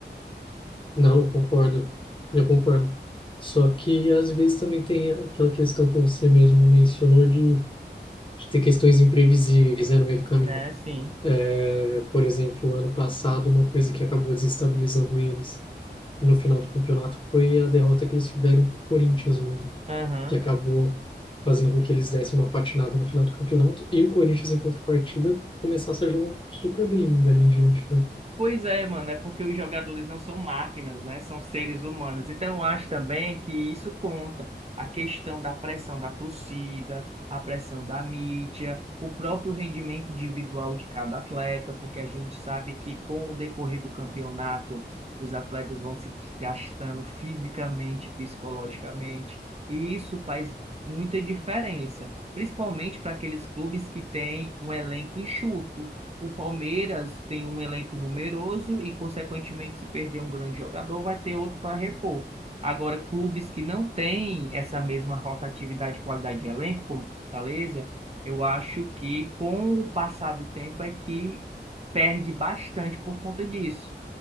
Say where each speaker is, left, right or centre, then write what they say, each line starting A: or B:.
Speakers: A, on the left; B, on the right.
A: Não, eu concordo. Eu concordo. Só que às vezes também tem aquela questão que você mesmo mencionou de, de ter questões imprevisíveis, né, no meio do caminho.
B: É, sim.
A: É, por exemplo, ano passado, uma coisa que acabou desestabilizando eles no final do campeonato foi a derrota que eles tiveram para o Corinthians mesmo,
B: Aham
A: que acabou fazendo com que eles dessem uma patinada no final do campeonato e o Corinthians, em contrapartida, começasse a jogar super bem dali em diante, né?
B: Pois é, mano, é porque os jogadores não são máquinas, né? São seres humanos. Então, eu acho também que isso conta. A questão da pressão da torcida, a pressão da mídia, o próprio rendimento individual de cada atleta, porque a gente sabe que com o decorrer do campeonato, os atletas vão se desgastando fisicamente, psicologicamente, e isso faz muita diferença, principalmente para aqueles clubes que têm um elenco enxuto. O Palmeiras tem um elenco numeroso e, consequentemente, se perder um grande jogador, vai ter outro para repor. Agora, clubes que não têm essa mesma rotatividade e qualidade de elenco, como Fortaleza, eu acho que, com o passar do tempo, é que perde bastante por conta disso.